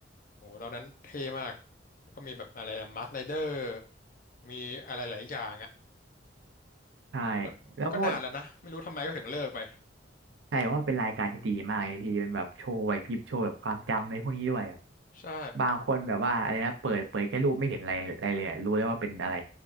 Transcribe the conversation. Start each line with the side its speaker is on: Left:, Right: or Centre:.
Left: โอ้โหตอนนั้นเท่มากแล้วก็มีแบบอะไรนะมาสไรเดอร์ มีอะไรหลายอย่างอ่ะ
Right: ใช่
Left: แต่มันก็มันก็นานแล้วนะไม่รู้ทำไมก็ถึงเลิกไป
Right: แล้วก็ใช่ว่าเป็นรายการที่ดีมากเลยพี่เป็นแบบโชว์ไหวพริบโชว์แบบความจำอะไรพวกนี้ด้วยอะ
Left: ใช่
Right: บางคนแบบว่าอะไรนะเปิดเปิดแค่รูปไม่เห็นอะไรอะไรเลยอะรู้แล้วว่าเป็นอะไร